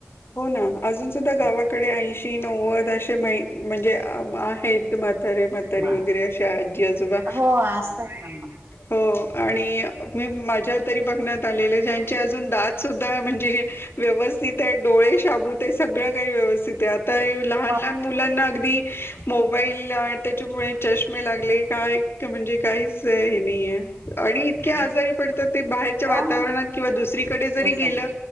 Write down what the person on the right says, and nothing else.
म
म
म
हो असत मग.
मग
मग
हा
दुसरं